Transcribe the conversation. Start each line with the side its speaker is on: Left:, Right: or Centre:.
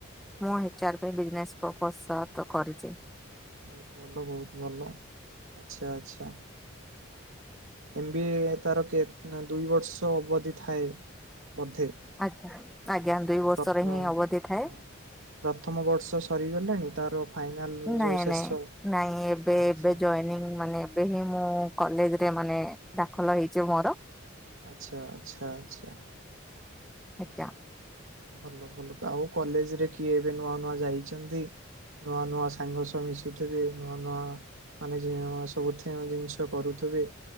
Centre: ମୁ ହେଚାର ପାଇ ବିଜନେସ୍ ପ୍ରପୋଜ ସହ ତ କରିଛି।
Right: ବହୁତ ଭଲ ବହୁତ ଭଲ ଆଛା ଆଛା। ଏମ୍ ବି ଏ ତାର କେ ନା ଦୁଇ ବର୍ଷ ଅବଧି ଥାଏ ବୋଧେ।
Centre: ଆଜ୍ଞା ଆଜ୍ଞା
Right: ଆଉ
Centre: ଦୁଇ ବର୍ଷରେ
Right: ପ୍ରତ୍ନ
Centre: ହିଁ
Right: ହଁ।
Centre: ଅବଧି ଥାଏ।
Right: ପ୍ରଥମ ବର୍ଷ ସରିଗଲାଣି ତାର
Centre: ନାଇଁ
Right: ଯୋଉଁ ଶେଷ
Centre: ନାଇଁ ନାଇଁ ଏବେ
Right: ଆଚ୍ଛା।
Centre: ଏବେ ଜଏନିଙ୍ଗ ମାନେ ଏବେ ହିଁ ମୁଁ
Right: ଆଚ୍ଛା
Centre: କଲେଜରେ ମାନେ ଦାଖଲ ହେଇଛି ମୋର।
Right: ଆଚ୍ଛା ଆଛା ଆଚ୍ଛା।
Centre: ଆଜ୍ଞା
Right: ଆଛା ଭଲ ଭଲ ଆଉ କଲେଜରେ କିଏ ଏବେ ନୂଆ ନୂଆ ଯାଇଚନ୍ତି। ନୂଆ ନୂଆ ସାଙ୍ଗସହ ମିଶୁଥିବେ ନୂଆ ନୂଆ ମାନେ ଯେଉ ସବୁଥେଁ ଜିନିଷ କରୁଥିବେ।